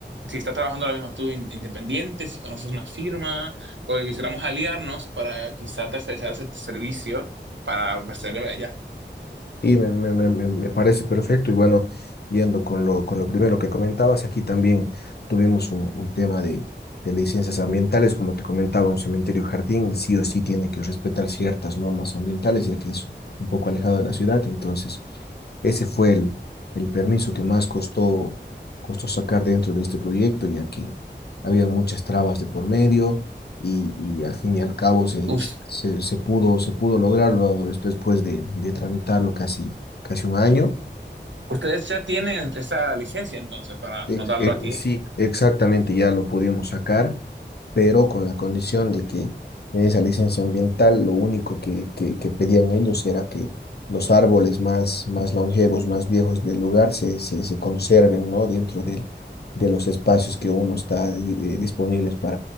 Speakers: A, on the right; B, on the left.
A: si estás trabajando ahora mismo tú in- independiente, si conoces una firma, porque quisiéramos aliarnos para quizá tercerizar ese servicio para ofrecerle allá.
B: Sí, me, me- me- me- me parece perfecto. Y bueno, yendo con lo, con lo primero que comentabas, aquí también tuvimos un, un tema de, de licencias ambientales. Como te comentaba, un cementerio jardín sí o sí tiene que respetar ciertas normas ambientales, ya que es un poco alejado de la ciudad. Entonces, ese fue el, el permiso que más costó, costó sacar dentro de este proyecto, ya que había muchas trabas de por medio y, y al fin y al cabo se,
A: Us-
B: se, se pudo, se pudo lograrlo después de, de tramitarlo casi, casi un año.
A: ustedes ya tienen esa licencia entonces para
B: Ex-
A: anotarlo
B: eh,
A: aquí.
B: sí, exactamente, ya lo pudimos sacar, pero con la condición de que en esa licencia ambiental lo único que, que, que pedían ellos era que los árboles más, más longevos, más viejos del lugar se, se, se conserven, ¿no? Dentro del- de los espacios que uno está eh, disponibles